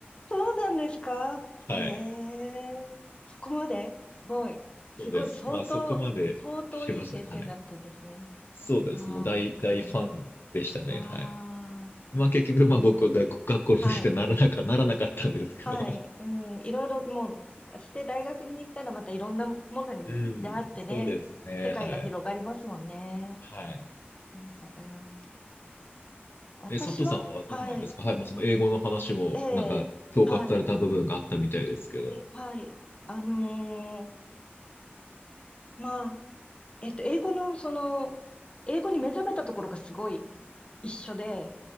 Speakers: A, on the left; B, on the left.
A: そうなんですかへえ、
B: はい。
A: そこまでですごい。すごい、
B: そうです。
A: 相当、
B: まあそこまでしてましたね。
A: 相当いい先生だったんですね。
B: はい。そうです。
A: ああ、
B: もう大、
A: わかります。
B: 大ファンでしたね。
A: ああ。
B: はい。まあ結局、
A: いいですね。
B: まあ僕は学、学校の先生にならなか、
A: はい。
B: ならなかったんですけど。
A: はい。うん。いろいろもう、して大学に行ったらまたいろんなものに出会ってね、
B: うん。そうですね。
A: 世界が広がりますもんね。
B: はい。はい。
A: わかります。わかります。私は、
B: え、佐藤さんはどうなんですかはい、
A: はい。
B: もうその英語の話も、
A: ええ、
B: なんか、共感された部分があったみたいですけど。
A: はい。はい。あのーまあ、えっと、英語の、その、英語に目覚めたところがすごい一緒で、